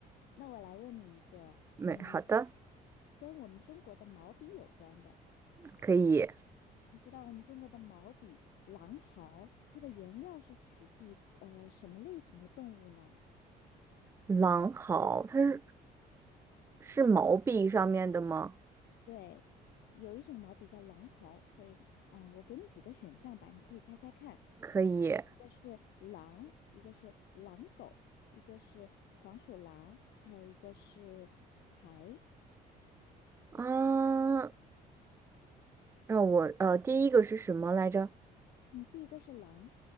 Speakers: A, on the left (about 80°); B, on the right (about 15°).
A: 那我来问你一个，
B: 没好的，
A: 嗯，跟我们中国的毛笔有关的。
B: 可以。
A: 你知道我们中国的毛笔狼毫，它的原料是取自于呃什么类型的动物呢？
B: 狼毫，它是是毛笔上面的吗？
A: 对，有一种毛笔叫狼毫，所以啊、我给你几个选项吧，你可以猜猜看。
B: 可以
A: 一个是狼，一个是狼狗，一个是黄鼠狼，还有一个是财。
B: 啊。那我呃，第一个是什么来着？
A: 嗯，第一个是狼，